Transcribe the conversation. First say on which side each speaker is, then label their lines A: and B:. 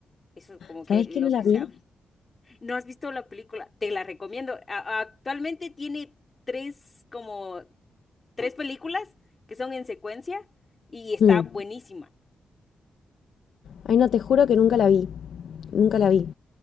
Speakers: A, on the left; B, on the left.
A: Eso como
B: ¿Sabés
A: que los
B: que no la
A: que
B: vi?
A: se hablan. ¿No has visto la película? Te la recomiendo. A- actualmente tiene tres como tres películas que son en secuencia y está
B: Hmm.
A: buenísima.
B: Ay, no, te juro que nunca la vi. Nunca la vi.